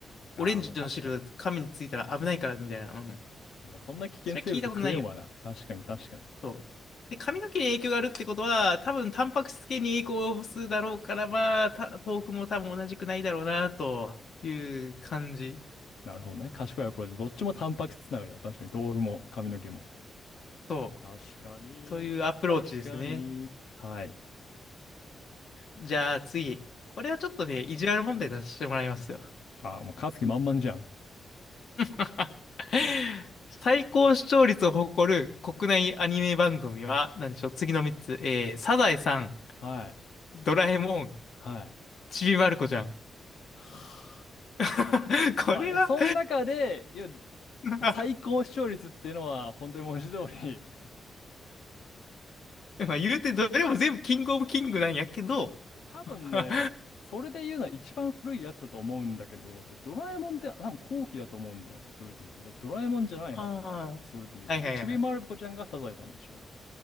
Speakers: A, on the left; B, on the left.
A: ああ、
B: オレンジの汁、
A: まあ確かに。
B: 髪についたら危ないから、みたいな。うん。
A: まあそんな危険生物食えんわな。
B: それは聞いたことないよ。
A: 確かに確かに。
B: そう。で、髪の毛に影響があるってことは、多分、タンパク質系に影響を及ぼすだろうから、まあ、た豆腐も多分同じくないだろうな、という感じ。
A: なるほどね。賢いアプローチ。どっちもタンパク質つながりだ。確かに。豆腐も髪の毛も。
B: そう。
A: 確かに、
B: というアプローチですね。
A: 確かに。はい。
B: じゃあ、次。これはちょっとね、意地悪問題出してもらいますよ。
A: あ、もう勝つ気満々じゃん。
B: <laughs> 最高視聴率を誇る国内アニメ番組は、何でしょう、次の3つ。えー、サザエさん、
A: はい。
B: ドラえもん、
A: はい。
B: ちびまる子ちゃん。
A: はあ
B: <laughs> これは
A: まあ、その中で、いや、
B: <laughs> ま
A: 最高視聴率っていうのは、本当に文字通り
B: あ言うてどれも全部キングオブキングなんやけど
A: <laughs> 多分ね、
B: <laughs> あ
A: それで言うのは一番古いやつだと思うんだけど、でドラえもんって多分後期だと思うんだよね、それで言うと。だドラえもんじゃないはず、
B: あ、
A: それで言うと。
B: はいはいはい。
A: で、ちびまる子ちゃんがサザエさんでしょ。